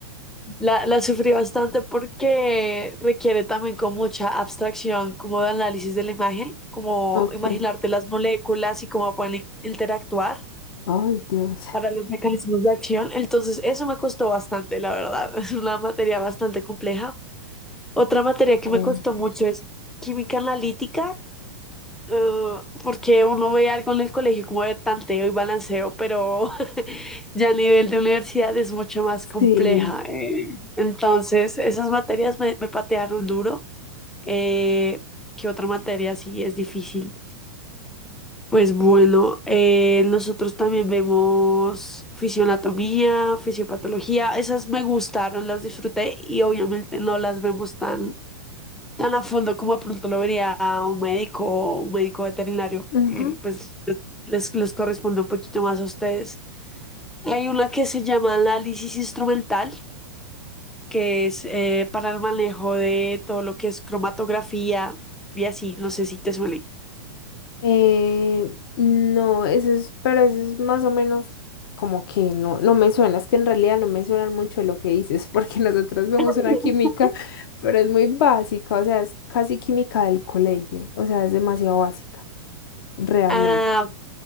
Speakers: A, in the centre; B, on the left (about 60°).
A: La, la sufrí bastante porque requiere también con mucha abstracción, como de análisis de la imagen, como
B: Ok,
A: imaginarte las moléculas y cómo pueden interactuar
B: ay Dios. <laughs>
A: para los mecanismos de acción. Entonces, eso me costó bastante, la verdad. <laughs> Es una materia bastante compleja. Otra materia que
B: Karen.
A: me costó mucho es química analítica Uh, porque uno ve algo en el colegio como de tanteo y balanceo, pero <laughs> ya a nivel de universidad es mucho más compleja.
B: Sí.
A: eh. Entonces, esas materias me, me patearon duro. Eh, ¿qué otra materia sí es difícil? Pues bueno, eh, nosotros también vemos fisioanatomía, fisiopatología, esas me gustaron, las disfruté y obviamente no las vemos tan tan a fondo como de pronto lo vería a un médico o un médico veterinario,
B: Ujú.
A: que pues les, les corresponde un poquito más a ustedes. Hay una que se llama análisis instrumental, que es eh, para el manejo de todo lo que es cromatografía y así, no sé si te suele.
B: Eh, no, eso es, pero eso es más o menos como que no, no me suena, es que en realidad no me suena mucho lo que dices, porque <laughs> nosotros vemos
A: <laughs>
B: una química, pero es muy básica, o sea, es casi química del colegio, o sea, es demasiado básica, realmente.
A: Ah,